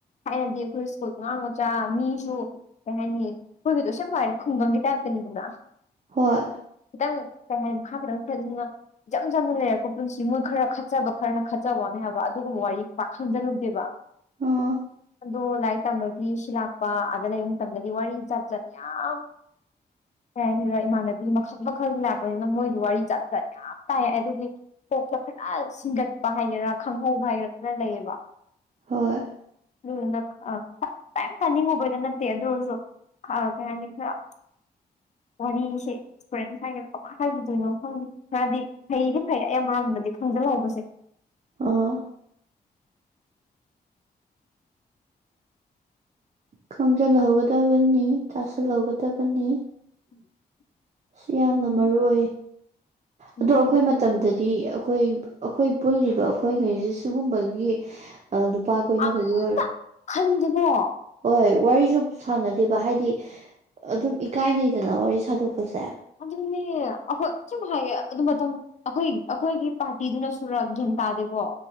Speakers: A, on the left; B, on the right.
A: ꯊꯥꯏꯅꯗꯤ ꯑꯩꯈꯣꯏ ꯁ꯭ꯀꯨꯜ ꯑꯉꯥꯡ ꯃꯆꯥ ꯃꯤꯁꯨ ꯀꯩ ꯍꯥꯏꯅꯤ ꯑꯩꯈꯣꯏꯒꯗꯣ ꯑꯁꯦꯡꯕ ꯍꯥꯏꯔꯗꯤ ꯈꯨꯡꯒꯪꯒꯤ ꯇꯥꯏꯞꯇꯅꯤꯗꯅ
B: ꯍꯣꯏ
A: ꯈꯤꯇꯪ ꯀꯩ ꯍꯥꯏꯥꯏ <unintelligible> ꯃꯈꯥ <unintelligible> ꯈꯤꯇꯪ <unintelligible> ꯁꯅ <unintelligible> ꯏꯆꯝ ꯆꯝꯅ ꯂꯩꯔꯛꯄ ꯄꯨꯟꯁꯤ ꯃꯣꯏ ꯈꯔ ꯈꯠꯆꯕ ꯈꯔꯅ ꯈꯠꯆꯕ ꯋꯥꯅꯤ ꯍꯥꯏꯕ ꯑꯗꯨꯒꯨꯝꯕ ꯋꯥꯔꯤ ꯄꯥꯛ ꯈꯟꯖꯟꯂꯨ ꯁꯤꯕ <unintelligible>
B: ꯑꯣ
A: ꯑꯗꯣ ꯂꯥꯏꯔꯤꯛ ꯇꯝꯝꯕꯒꯤ ꯁꯤ ꯂꯥꯛꯄ ꯑꯗ ꯂꯩꯔꯤ ꯃꯇꯝꯗꯗꯤ ꯋꯥꯔꯤ ꯖꯥꯠ ꯖꯥꯠ ꯌꯥꯝ ꯀꯩꯍꯥꯏꯅꯤ ꯏꯃꯥꯟꯅꯕꯤ ꯃꯈꯜ ꯃꯈꯜ ꯂꯥꯛꯄꯅꯤꯅ ꯃꯣꯏꯒꯤ ꯋꯥꯔꯤ ꯖꯥꯠ ꯖꯥꯠ ꯌꯥꯝ ꯇꯥꯏ ꯑꯗꯨꯒꯤ ꯀꯣꯛꯇ ꯈꯔ ꯁꯤꯡꯒꯠꯄ ꯍꯥꯏꯒꯦꯔꯥ ꯈꯪꯍꯧꯕ ꯍꯥꯏꯒꯦꯔ ꯈꯔ ꯂꯩꯌꯦꯕ
B: ꯍꯣꯏ
A: ꯑꯗꯨꯅꯝ <unintelligible> ꯐꯥꯅꯤꯡꯉꯨꯕꯩꯗ <unintelligible> ꯅꯠꯇꯦ ꯑꯗꯨ ꯑꯣꯏꯔꯁꯨ <unintelligible> ꯀꯩ ꯍꯥꯏꯅꯤ ꯈꯔ ꯋꯥꯔꯤꯁꯦ ꯑꯦꯛꯁꯄꯔꯦꯟꯁ ꯍꯥꯏꯒꯅ <unintelligible> ꯀꯃꯥꯏ ꯍꯥꯏꯒꯗꯣꯏꯅꯣ ꯈꯪꯗꯦ ꯈꯔꯗꯤ ꯐꯩꯗꯤ ꯐꯩ ꯑꯩ ꯑꯃꯔꯝꯗꯗꯤ <unintelligible> ꯈꯪꯖꯤꯜꯍꯧꯕꯁꯦ
B: ꯑꯣ ꯈꯣꯡꯖꯜꯍꯧꯒꯗꯕꯅꯤ ꯇꯥꯁꯜꯍꯧꯒꯗꯕꯅꯤ
A: <inaudible>
B: ꯁꯤ ꯌꯥꯝꯅ
A: ꯎꯝ
B: ꯃꯔꯨ ꯑꯣꯏ
A: ꯎꯝ
B: ꯑꯗꯣ ꯑꯩꯈꯣꯏ ꯃꯠ ꯃꯇꯝꯗꯗꯤ ꯑꯩꯈꯣꯏ ꯑꯩꯈꯣꯏ ꯄꯨꯜꯂꯤꯕ ꯑꯩꯈꯣꯏꯉꯩꯁꯦ ꯁꯤꯒꯨꯝꯕꯒꯤ ꯑ ꯅꯨꯄꯥ ꯀꯣꯏꯅꯕꯒꯤ
A: <unintelligible>
B: ꯑꯣꯏꯔꯣ
A: ꯈꯟꯗꯦꯕꯣ
B: ꯍꯣꯏ ꯋꯥꯔꯤꯁꯨ ꯁꯥꯟꯅꯗꯦꯕ ꯍꯥꯏꯗꯤ ꯑꯗꯨꯝ ꯏꯀꯥꯏꯅꯩꯗꯅ ꯋꯥꯔꯤ ꯁꯥꯥꯟꯗꯣꯛꯄꯁꯦ
A: ꯑꯗꯨꯅꯤ ꯑꯈꯣꯏ ꯁꯨꯝ ꯍꯥꯏꯌꯦ ꯑꯗꯨ ꯃꯇꯝ ꯑꯩꯈꯣꯏ ꯑꯩꯈꯣꯏꯒꯤ ꯄꯥꯔꯇꯤꯗꯨꯅ ꯁꯨꯔ ꯒ꯭ꯌꯥꯟ ꯇꯥꯗꯦꯕꯣ